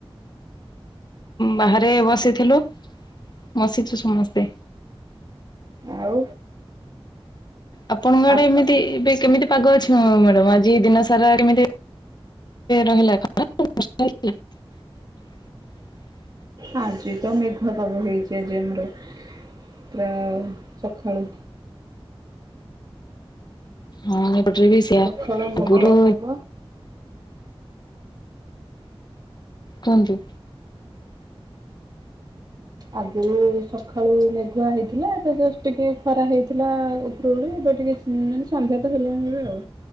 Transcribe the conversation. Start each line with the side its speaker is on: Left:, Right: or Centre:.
Left: ବାହାରେ ବସିଥିଲୁ ବସିଛୁ ସମସ୍ତେ।
Right: ଆଉ?
Left: ଆପଣଙ୍କ ଆଡେ
Right: ଆ
Left: ଏମିତି ଏବେ କେମିତି ପାଗ ଅଛି? ହଁ ମ୍ୟାଡ଼ାମ ଆଜି ଦିନ ସାରା କେମିତି ରହିଲା। <unintelligible>
Right: ଆଜି ତ ମେଘୁଆ ପାଗ ହେଇଛି ଆଜି ଆମର। <unintelligible> ସକାଳୁ।
Left: ହଁ। ଠି ବି ସେଆ
Right: ସକାଳୁ
Left: ଆ
Right: ମେଘୁଆ
Left: ଗୁରୁ
Right: ପାଗ
Left: କୁହନ୍ତୁ?
Right: ଆଗୁରୁ ସକାଳୁ ମେଘୁଆ ହେଇଥିଲା ଏବେ ଜଷ୍ଟ୍ ଟିକେ ଖରା ହେଇଥିଲା ଉପର ଓଳି ଏବେ ଟିକେ ମାନେ ସନ୍ଧ୍ୟା ତ ହେଲାଣି ଏବେ ଆଉ